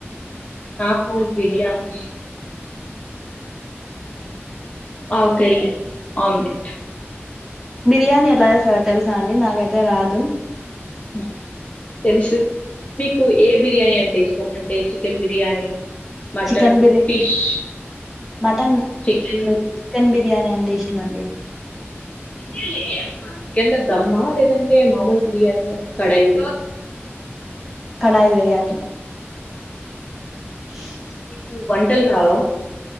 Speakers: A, on the left (about 30°); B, in the centre.
A: నాకు బిర్యానీ ఆవకాయ్, ఆమ్లెట్.
B: బిర్యానీ ఎట్ల చేస్తారో తెస్సా అండి నాకైతే రాదు.
A: బై తెస్సు మీకు ఏ బిర్యానీ అంటే ఇష్టం అంటే చికెన్ బిర్యానీ మటన్,
B: చికెన్ బిర్యా
A: ఫిష్
B: మటన్
A: చికెన్
B: లేదు. చికెన్ బిర్యానీ అంటే ఇష్టమండి.
A: ఇ <inaudible> లేదు చికెన్లో దమ్మా లేదంటే మామూల్ బిర్యానీ ఆ కడయిది
B: కడాయి బిర్యానీ. <inaudible>
A: నీకు వంటల్ రావా